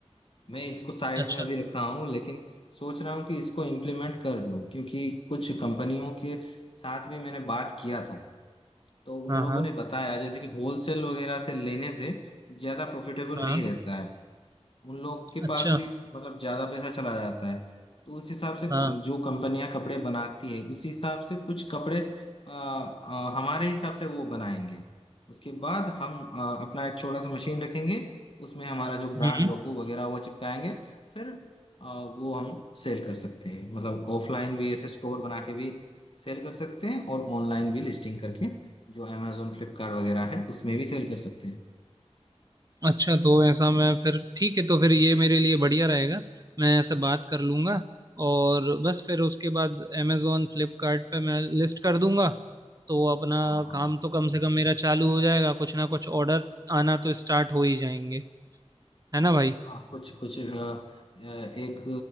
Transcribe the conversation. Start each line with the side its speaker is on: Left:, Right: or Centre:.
Left: मैं इसको साइड
Right: अच्छा
Left: में अभी रखा हूँ लेकिन सोच रहा हूँ कि इसको इम्प्लीमेंट कर लूँ क्योंकि कुछ कंपनियों के साथ भी मैंने बात किया था तो उन
Right: हाँ
Left: लोगों
Right: हाँ
Left: ने बताया जैसे कि होलसेल वगैरह से लेने से ज्यादा प्रॉफिटेबल
Right: हाँ
Left: नहीं रहता है उन लोग के
Right: अच्छा
Left: पास भी मतलब ज्यादा पैसा चला जाता है तो उस हिसाब से कु-
Right: हाँ
Left: जो कंपनियां कपड़े बनाती है उस हिसाब से कुछ कपड़े आ, आ, हमारे हिसाब से वो बनाएंगे उसके बाद हम आ, अपना एक छोटा सा मशीन रखेंगे उसमें हमारा जो ब्रांड
Right: हम्म
Left: लोगो वगैरह वो चिपकाएंगे फिर आ, वो हम सेल कर सकते हैं मतलब ऑफलाइन भी ऐसे स्टोर बना के भी सेल कर सकते हैं और ऑनलाइन भी लिस्टिंग करके जो अमेजोन फ्लिपकार्ट वगैरह है उसमें भी सेल कर सकते हैं
Right: अच्छा तो ऐसा मैं फिर ठीक है तो फिर ये मेरे लिए बढ़िया रहेगा मैं ऐसे बात कर लूंगा और बस फिर उसके बाद अमेजोन फ्लिपकार्ट पे मैं लिस्ट कर दूंगा तो अपना
Left: हाँ हाँ
Right: काम तो कम से कम मेरा चालू हो जाएगा कुछ ना कुछ ऑर्डर आना तो स्टार्ट हो ही जाएंगे है ना भाई
Left: हाँ कुछ कुछ अ, अ, एक